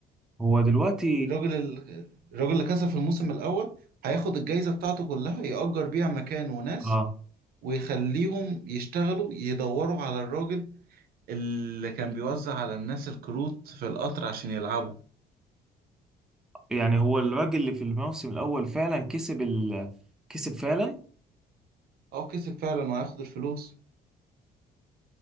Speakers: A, in the centre; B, on the right.
A: هو دلوقتي
B: الراجل ال- الراجل اللي كسب في الموسم الأول هياخد الجايزة بتاعته كلها يأجر بيها مكان وناس
A: اه
B: ويخليهم يشتغلوا يدوروا على الراجل اللي كان بيوزع على الناس الكروت في القطر عشان يلعبوا
A: يعني هو الراجل اللي في الموسم الاول فعلا كسب ال... كسب فعلا
B: اه كسب فعلا وهياخد الفلوس